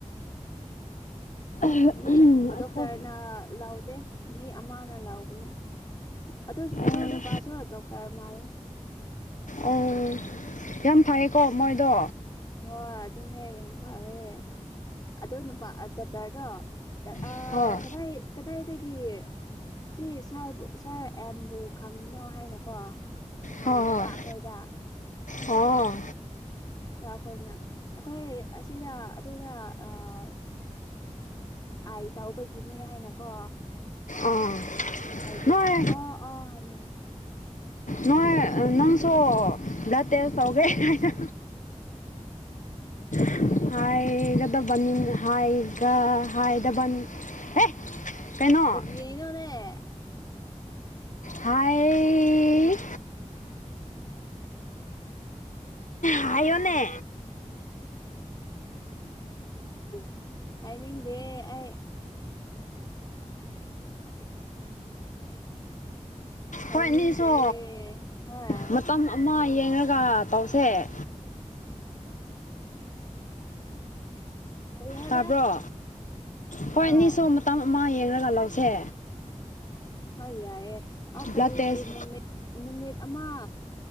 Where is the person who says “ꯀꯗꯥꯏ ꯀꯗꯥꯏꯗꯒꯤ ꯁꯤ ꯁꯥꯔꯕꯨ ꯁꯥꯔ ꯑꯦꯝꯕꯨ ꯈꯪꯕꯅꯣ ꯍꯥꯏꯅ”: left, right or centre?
Left